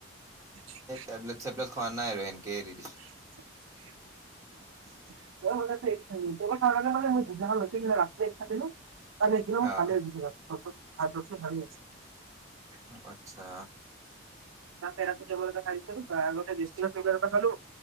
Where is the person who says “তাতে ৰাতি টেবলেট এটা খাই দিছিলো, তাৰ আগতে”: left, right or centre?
Right